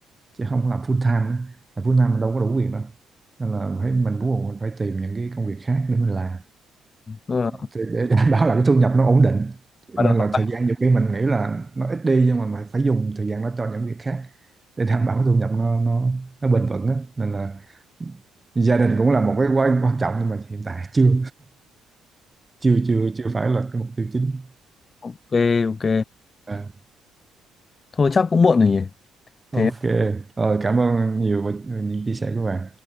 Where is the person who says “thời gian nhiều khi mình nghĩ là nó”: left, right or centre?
Right